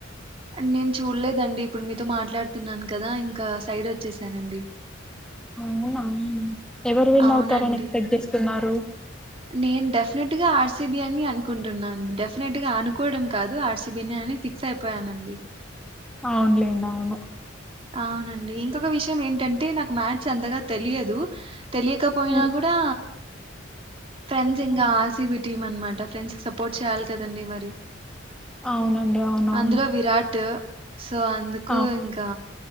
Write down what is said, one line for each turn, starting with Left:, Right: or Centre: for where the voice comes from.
Right: నేను చూడలేదండి ఇప్పుడు మీతో మాట్లాడుతున్నాను కదా ఇంకా సైడ్ వచ్చేసానండి
Centre: అవునా ఎవరు విన్
Right: అవునండి
Centre: అవుతారని యాకస్పెక్ట్ చేస్తున్నారు
Right: నేను డెఫినెట్ గా ఆర్సిబి అని అనుకుంటున్నాండి డెఫినెట్ గా అనుకోవడం కాదు ఆర్సిబి అని ఫిక్స్ అయిపోయానండి
Centre: అవున్లేండి అవును
Right: అవునండి ఇంకొక విషయం ఏంటంటే నాకు మ్యాచ్ అంతగా తెలియదు తెలియకపోయినా
Centre: హ్మ్,
Right: కూడా ఫ్రెండ్స్ ఇంగా
Centre: హ్మ్.
Right: ఆర్ సి బి టీమ్ అనమాట ఫ్రెండ్సకి సపోర్ట్ చేయాలి కాదండి మరి
Centre: అవునండి అవునవును
Right: అందులో విరాటు సో అందుకు
Centre: అవును.
Right: ఇంకా